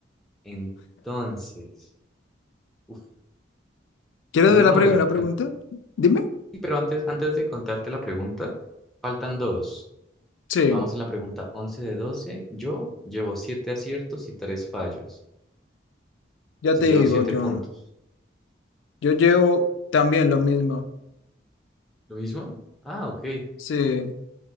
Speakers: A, in the centre; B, on the left.
A: Entonces, uf,
B: ¿Quieres
A: dando
B: hacer
A: un
B: la
A: número.
B: primera pregunta? Dime.
A: Sí, Pero antes, antes de contarte la pregunta, faltan dos.
B: Sí,
A: Vamos en la pregunta 11 de 12. Yo llevo 7 aciertos y 3 fallos.
B: ya
A: O sea,
B: te
A: llevo
B: digo
A: 7
B: yo.
A: puntos.
B: Yo llevo también lo mismo.
A: ¿Lo mismo? Ah, ok.
B: Sí,